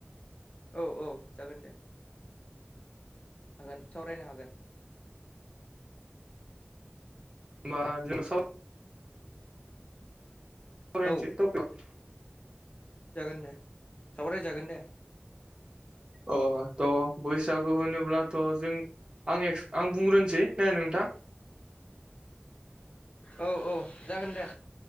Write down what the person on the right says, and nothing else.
होनबा जों साव सावरायनोसै
टपिगाव
अ त' बैसागु होनोब्ला थ' जों आं एक्स आं बुंग्रोनोसै ने नोंथां?